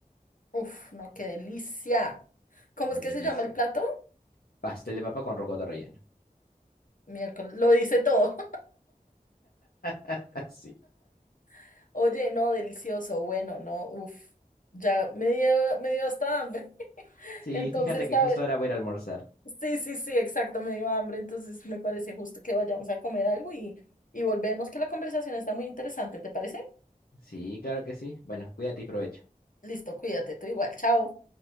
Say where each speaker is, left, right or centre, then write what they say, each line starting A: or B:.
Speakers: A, on the left (about 60°); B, on the left (about 80°).
A: Uf, no, qué delicia. ¿Cómo
B: Y
A: es que
B: riquísimo.
A: se llama el plato?
B: Pastel de papa con rocoto relleno.
A: Miércoles, lo dice todo.
B: <laughs> Así.
A: <laughs> Oye, no, delicioso, bueno, no, uf, ya me dio, me dio hasta hambre. <laughs>
B: Sí,
A: Entonces,
B: fíjate que
A: ¿sabes?
B: justo ahora voy a ir a almorzar.
A: Sí, sí, sí, exacto, me dio hambre. Entonces, me parece justo que vayamos a comer algo y, y volvemos, que la conversación está muy interesante, ¿te parece?
B: Sí, claro que sí. Bueno, cuídate y provecho.
A: Listo, cuídate, tú igual, chao.